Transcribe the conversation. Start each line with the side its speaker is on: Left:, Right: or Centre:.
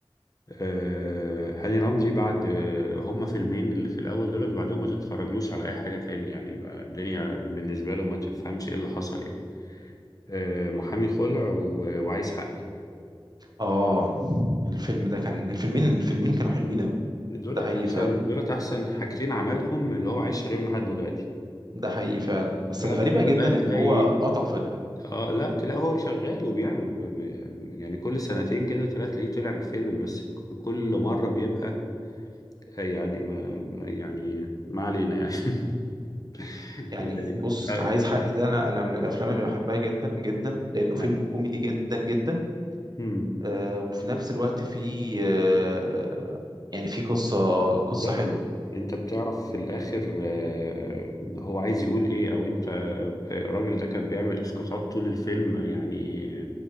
Left: آه هاني رمزي بعد آه، هما فيلمين اللي في الأول دول وبعدهم ما تتفرجلوش على أي حاجة تاني يعني ما- الدنيا بالنسبة له ما تفهمش إيه اللي حصل يعني آه محامي خلع و- وعايز حقي
Right: آه الفيلم ده كان الفيلمين الفيلمين كانوا حلوين أوي
Left: دولت
Right: ده حقيقي
Left: أحسن
Right: فعلا
Left: دولت أحسن حاجتين عملهم اللي هو عايش عليهم لحد دلوقتي
Right: ده حقيقي فعلا بس
Left: بعد
Right: الغريبة
Left: كده
Right: جدا
Left: بقى تلاقي
Right: إن هو قطع فجأة
Left: اه لا تلاقي هو شغال وبيعمل ب- ب- يعني كل سنتين كده ثلاثة تلاقيه طلع بفيلم بس ك- كل مرة بيبقى آه، يعني ما ما- يعني ما علينا يعني <laughs>
Right: يعني
Left: يعني
Right: بص
Left: آه،
Right: عايز حقي ده انا انا من الافلام اللي بحبها جدا جدا لانه فيلم
Left: يعني،
Right: كوميدي جدا جدا
Left: مم،
Right: آه وفي نفس الوقت فيه آه يعني فيه قصه قصه
Left: بالظبط
Right: حلوه
Left: انت بتعرف في الاخر آه، هو عايز يقول ايه او انت آه، الراجل ده كان بيعمل اسقاطات طول الفيلم يعني